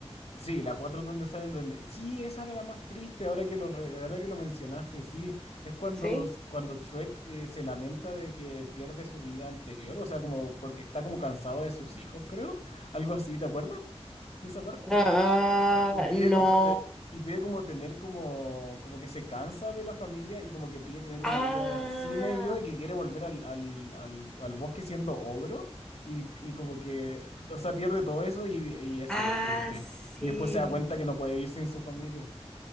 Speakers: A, on the left (about 65°); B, in the centre.
A: Sí, la cuatro donde sale el duende. Sí, esa era la más triste ahora que lo, re- ahora que lo mencionaste, sí. Es cuando,
B: ¿Sí?
A: s- cuando Shrek eh, se lamenta de que pierde su vida anterior, o sea, como porque está como cansado de sus hijos, creo. Algo así, ¿te acuerdas? De esa parte.
B: Ah,
A: Y
B: ah,
A: pide
B: no.
A: como te, y pide como tener como, como que se cansa de la familia y como que pide tener
B: Ah,
A: una vida sin ellos y que quiere volver al, al, al, al bosque siendo ogro y, y como que, o sea, pierde todo eso y, y es
B: ah,
A: súper triste.
B: sí.
A: Y después se da cuenta que no puede vivir sin su familia.